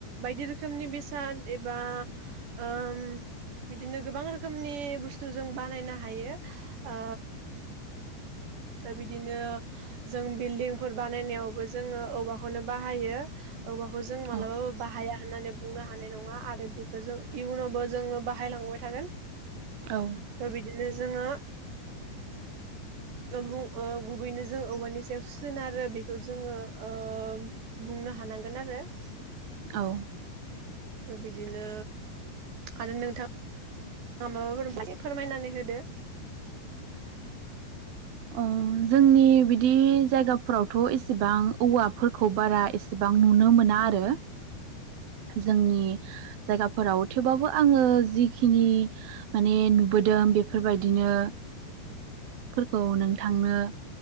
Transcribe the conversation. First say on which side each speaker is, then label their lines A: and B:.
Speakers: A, on the right; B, on the right.
A: बायदि रोखोमनि बेसाद एबा ओम बिदिनो गोबां रोखोमनि बुस्थु जों बानायनो हायो। ओ बिदिनो जों बिल्डिंफोर बानायनायावबो जोङो औवाखौनो बाहायो। औवाखौ जों मालाबाबो
B: औ
A: बाहाया होननानै बुंनो हानाय नङा आरो बे खौ जों इयुनावबो जोङो बाहायलांबाय थागोन।
B: औ
A: दा बिदिनो जोङो गु ओ गुबैनो जों औवानि सायाव सोनारो बेखौ जोङो ओ बुंनो हानांगोन आरो ।
B: औ।
A: बिदिनो आरो नोंथां माबाफोर फोरमायनानै होदो।
B: अह जोंनि बिदि जायगा फोरावथ' एसेबां औवाफोरखौ बारा एसेबां नुनो मोना आरो जोंनि जायगाफोराव थेवबाबो आङो जिखिनि माने नुबोदों बेफोरबायदिनो खौ नोंथांनो